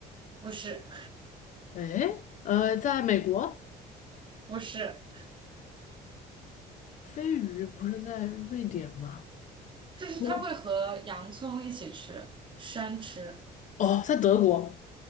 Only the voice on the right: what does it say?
不是，
不是，
就是它会和洋葱一起吃，
生吃，